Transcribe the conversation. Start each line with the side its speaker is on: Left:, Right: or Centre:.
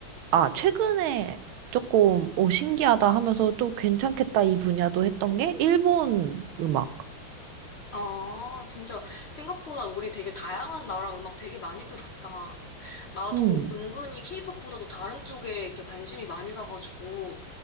Right: 아, 최근에 조금, 오, 신기하다 하면서 또 괜찮겠다 이 분야도 했던 게 일본 음악.
Left: 아, 진짜 생각보다 우리 되게 다양한 나라 음악 되게 많이 들었다. 나도
Right: 음,
Left: 은근히 케이팝보다도 다른 쪽에 이렇게 관심이 많이 가가지고